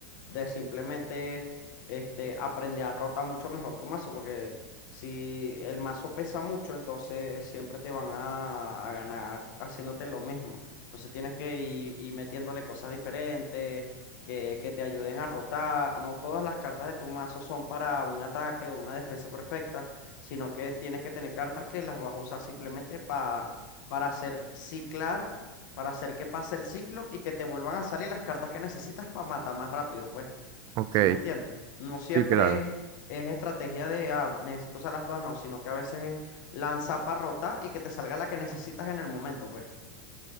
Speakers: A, on the left; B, on the right.
A: de simplemente este, aprender a rotar mucho mejor tu mazo, porque si el mazo pesa mucho, entonces siempre te van a, a ganar haciéndote lo mismo. Entonces tienes que ir, ir metiéndole cosas diferentes que, que te ayuden a rotar. No todas las cartas de tu mazo son para un ataque o una defensa perfecta, sino que tienes que tener cartas que las vas a usar simplemente para para hacer ciclar, para hacer que pase el ciclo y que te vuelvan a salir las cartas que necesitas para matar más rápido, pues.
B: Ok,
A: ¿Sí me entiendes? No siempre
B: sí, claro.
A: es, es estrategia de, ah, necesito usarlas todas, no, sino que a veces es lanza para rotar y que te salga la que necesitas en el momento, pues.